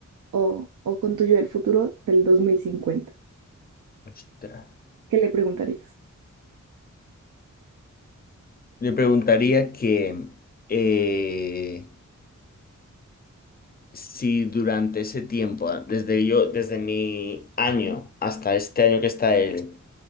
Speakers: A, on the right (about 75°); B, on the left (about 30°).
A: o, o con tu yo del futuro del dos mil cincuenta
B: Ostras.
A: ¿Qué le preguntarías?
B: Le preguntaría que eh, si durante ese tiempo, ah, desde yo, desde mi año hasta este año que está él,